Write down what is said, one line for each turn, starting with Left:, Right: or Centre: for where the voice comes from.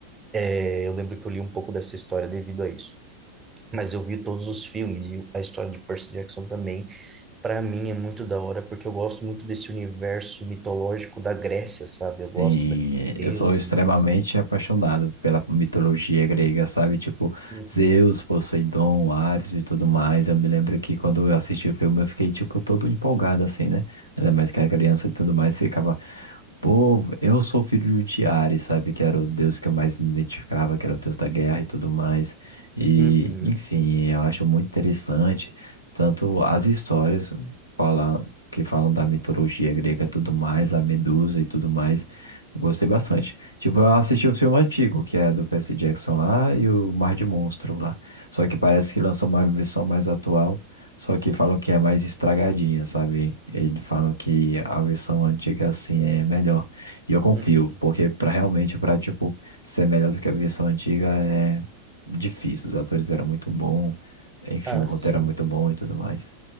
Right: eh, eu lembro que eu li um pouco dessa história devido a isso. Mas eu vi todos os filmes e a história de Percy Jackson também. Pra mim é muito da hora, porque eu gosto muito desse universo mitológico da Grécia, sabe? Eu gosto
Left: Sim,
Right: daqueles
Left: é,
Right: deuses.
Left: eu sou extremamente apaixonado pela mitologia grega, sabe? Tipo,
Right: Uhum,
Left: Zeus, Poseidon, Ares e tudo mais. Eu me lembro que quando eu assisti o filme eu fiquei, tipo, todo empolgado, assim, né? Ainda mais que era criança e tudo mais, ficava. Pô, eu sou filho de Ares, sabe? Que era o deus que eu mais me identificava, que era o deus da guerra e tudo mais. E,
Right: uhum,
Left: enfim, eu acho muito interessante tanto as histórias fala- que falam da mitologia grega e tudo mais, a Medusa e tudo mais. Eu gostei bastante. Tipo, eu assisti o filme antigo, que é do Percy Jackson lá e o Mar de Monstro lá. Só que parece que lançou uma versão mais atual. Só que falam que é mais estragadinha, sabe? Eles falam que a versão antiga, assim, é melhor. E eu confio,
Right: uhum.
Left: porque para realmente, para tipo, ser melhor do que a versão antiga é difícil. Os atores eram muito bons, enfim,
Right: Ah,
Left: o roteiro
Right: sim.
Left: era muito bom e tudo mais.